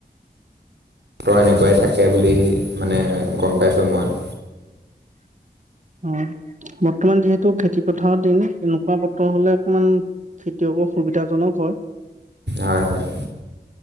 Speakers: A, on the right (about 80°); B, on the right (about 45°).
A: বতৰ এনেকুৱাই থাকে বুলি মানে গম পাইছোঁ মই।
B: অ', বৰ্তমান যিহেতু খেতি পথাৰৰ দিন তেনেকুৱা বতৰ হলে অকমান খেতিয়কৰ সুবিধাজনক হয়।
A: হয়, হয়,